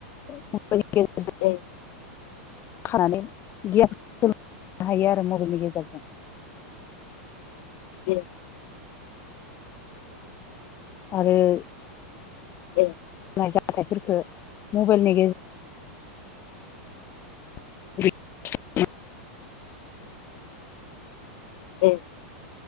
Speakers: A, on the left; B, on the left.
A: <unintelligible>
B: उम
A: खानानै गियान सोलोंनो हायो आरो मबाइलनि गेजेरजों
B: ए
A: आरो
B: ए।
A: <unintelligible> मबाइलनि। <unintelligible>
B: <inaudible> ए।